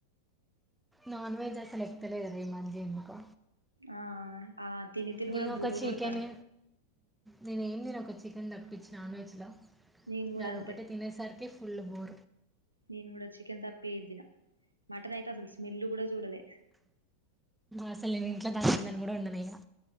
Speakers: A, in the centre; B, on the right.
A: నాన్ వెెజ్ ఆ లెక్కలే కదా ఈ మంచి ఎందుకో
B: ఆ ఆ ఆ తిని తిని
A: నేను
B: కూడా
A: ఒక
B: బోరు
A: చికెనే
B: కొడతాంది
A: నేనేం తినన్ చికెన్ తప్పించి నాన్ వెజ్ లో
B: నేను కూడా
A: దాదొకటె
B: అంతే
A: తినే సరికి ఓయమ్మో
B: నేను కూడా చికెన్ తప్పేద్దిన మటన్ అయితే అసలు స్మెల్ కూడా చూడలే
A: అసలు నేను ఇంట్లో దనందాని కూడా వండనీయ